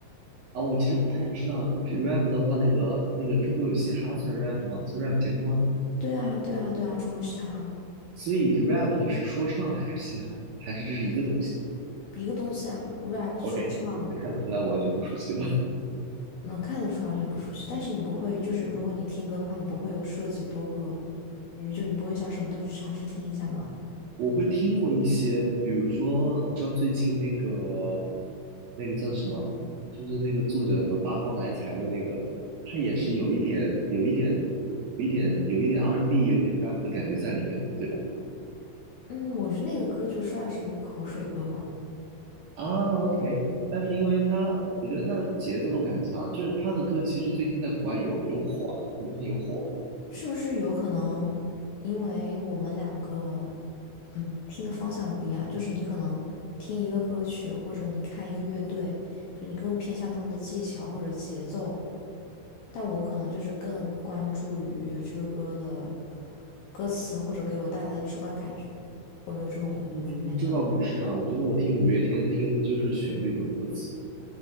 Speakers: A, on the right; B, on the left.
A: 啊，我其实不太知道 rap 的话，那个那个中国有嘻哈算 rap 吗？算 rap 节目吗？
B: 对啊，对啊，对啊，中文嘻哈。
A: 所以 rap 是说唱还是嘻哈，还是这是一个东西
B: 一个东西啊，rap 说唱
A: ？OK，你能看得出来我完全不熟悉了。
B: 能看得出完全不熟悉，但是你不会，就是如果你听歌的话，你不会有涉及多个因为就你不会想什么都去尝试听一下嘛。
A: 我会听过一些，比如说，你知道最近那个那个叫什么，就是那个作者什么八方来财的那个，他也是有一点有一点有一点有一点 R&B n 有一点 rap 的感觉在里面的，对吧？
B: 嗯，我觉得那个歌就算是一个口水歌吧，
A: 啊，OK，但是因为他，我觉得他的节奏感强，就是他的歌其实最近在国外有有火啊，抖音上有火。
B: 是不是有可能因为我们两个嗯听的方向不一样，就是你可能听一个歌曲或者你看一个乐队，就你更偏向他们的技巧或者节奏，但我可能就是更关注于这个歌的歌词或者给我带来的直观感觉，会不会有这种方面的？
A: 嗯，这倒不是啊，我觉得我听五月天听的就是旋律和歌词。